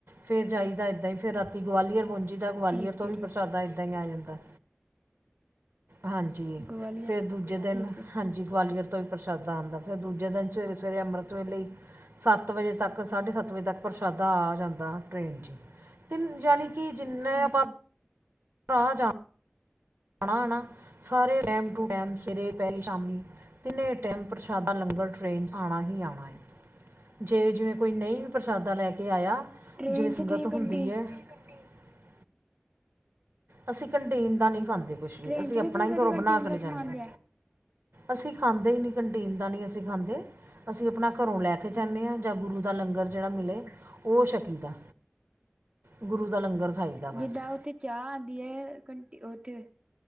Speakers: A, on the right (about 65°); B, on the right (about 30°).
A: ਫਿਰ ਜਾਈਦਾ ਇੱਦਾਂ ਹੀ ਫਿਰ ਰਾਤੀ ਗਵਾਲੀਅਰ ਪਹੁੰਚੀਦਾ ਗਵਾਲੀਅਰ
B: ਠੀਕ ਹੈ ਠੀਕ
A: ਤੋਂ ਵੀ ਪ੍ਰਸ਼ਾਦਾ ਇੱਦਾਂ ਹੀ ਆ ਜਾਂਦਾ। ਹਾਂਜੀ
B: ਗਵਾਲੀਅਰ
A: ਫਿਰ ਦੂਜੇ ਦਿਨ
B: ਠੀਕ ਹੈ
A: ਹਾਂਜੀ ਗਵਾਲੀਅਰ ਤੋਂ ਵੀ ਪ੍ਰਸ਼ਾਦਾ ਆਉਂਦਾ ਪਿਆ ਦੂਜੇ ਦਿਨ ਸਵੇਰੇ ਸਵੇਰੇ ਅੰਮ੍ਰਿਤ ਵੇਲੇ ਸੱਤ ਵਜੇ ਤੱਕ ਸਾਢੇ ਸੱਤ ਵਜੇ ਤੱਕ ਪ੍ਰਸ਼ਾਦਾ ਆ ਜਾਂਦਾ ਟ੍ਰੇਨ ਚ, ਯਾਨੀ ਕਿ ਜਿੰਨੇ
B: ਠੀਕ
A: ਆਪਾਂ
B: ਹੈ
A: ਆਹ ਜਾ। ਨਾ ਨਾ ਸਾਰੇ ਟੈਮ ਟੂ ਟੈਮ ਸਵੇਰੇ, ਪਹਿਲੀ ਸ਼ਾਮੀ। ਤਿੰਨੇ ਟੈਮ ਪ੍ਰਸ਼ਾਦਾ ਲੰਗਰ ਚੋ ਆਣਾ ਹੀ ਆਣਾ ਜੇ ਜਿਵੇਂ ਕੋਈ ਨਹੀਂ ਪ੍ਰਸ਼ਾਦਾ ਲੈ ਕੇ ਆਇਆ।
B: ਟ੍ਰੇਨ
A: <unintelligible>
B: 'ਚ ਤੁਸੀਂ ਕੰਟੀਨ
A: ਅਸੀਂ ਕੰਟਿਨ ਦਾ ਨੀ, ਖਾਂਦੇ ਕੁਛ ਵੀ,
B: ਟ੍ਰੇਨ
A: ਅਸੀਂ
B: 'ਚ
A: ਆਪਣਾ
B: ਤੁਸੀਂ
A: ਹੀ
B: ਕਦੀ
A: ਘਰੋਂ
B: ਕੰਟੀਨ
A: ਬਣਾ ਕੇ
B: ਦਾ
A: ਲੈ ਜਾਂਦੇ
B: ਸਮਾਨ
A: ਹਾਂ।
B: ਲਿਆ
A: ਅਸੀਂ ਖਾਂਦੇ ਹੀ ਨਹੀਂ ਕੰਟੀਨ ਦਾ ਨਹੀਂ, ਅਸੀਂ ਖਾਂਦੇ ਅਸੀਂ ਆਪਣਾ ਘਰੋਂ ਲੈ
B: ਹਾਂਜੀ
A: ਕੇ, ਲੈਕੇ ਜਾਂਦੇ ਹਾਂ ਜਾਂ ਗੁਰੂ ਦਾ ਲੰਗਰ ਜਿਹੜਾ ਮਿਲੇ ਉਹ ਸ਼ਕੀ ਦਾ। ਗੁਰੂ ਦਾ ਲੰਗਰ ਖਾਈਦਾ ਬਸ
B: ਜਿੱਦਾਂ ਉੱਥੇ ਚਾਹ ਆਉਂਦੀ ਹੈ। ਘਟੀ ਉੱਥੇ